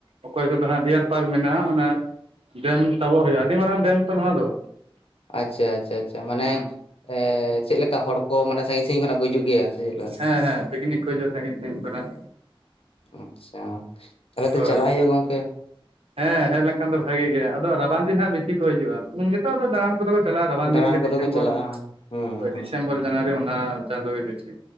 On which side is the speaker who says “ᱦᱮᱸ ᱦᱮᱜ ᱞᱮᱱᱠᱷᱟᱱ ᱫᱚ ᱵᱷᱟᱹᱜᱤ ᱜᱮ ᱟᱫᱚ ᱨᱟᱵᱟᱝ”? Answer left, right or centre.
Right